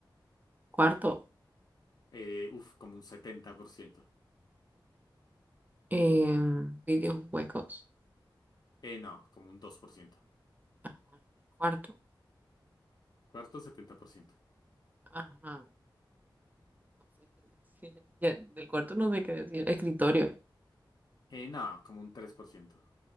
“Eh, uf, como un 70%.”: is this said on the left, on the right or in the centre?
Left